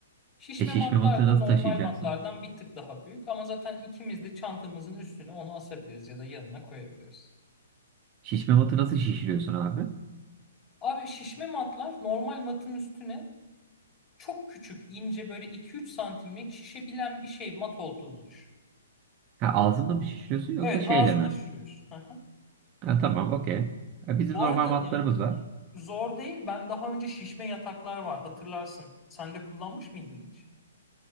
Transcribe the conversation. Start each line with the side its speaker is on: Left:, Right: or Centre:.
Left: Şişme
Right: E şişme
Left: matlar
Right: matı
Left: da
Right: nasıl
Left: normal
Right: taşıyacaksın?
Left: matlardan bir tık daha büyük ama zaten ikimiz de çantamızın üstüne onu asabiliriz ya da yanına koyabiliriz.
Right: Şişme matı nasıl şişiriyorsun abi?
Left: Abi şişme matlar normal matın üstüne çok küçük, ince böyle 2-3 santimlik şişebilen bir şey mat olduğunu düşün.
Right: Ha ağzında mı şişiriyorsun yoksa
Left: Evet,
Right: şeyle
Left: ağzını
Right: mi?
Left: şişiriyorsun.
Right: Ha, tamam okey. E,
Left: Bu
Right: Bizim normal
Left: arada
Right: matlarımız
Left: yani
Right: var.
Left: zor değil. Ben daha önce şişme yataklar var hatırlarsın. Sen de kullanmış mıydın hiç?